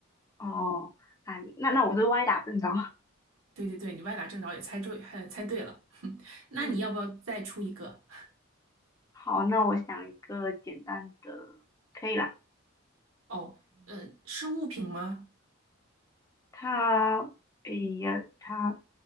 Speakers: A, on the left; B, on the right.
A: 哦，啊，那那我是歪打正着。
B: 对对对，你歪打正着也猜对，还猜对了。<laughs> 那你要不要再出一个？
A: 嗯，好，那我想一个简单的，可以啦。
B: 哦，呃，是物品吗？
A: 它，哎呀，它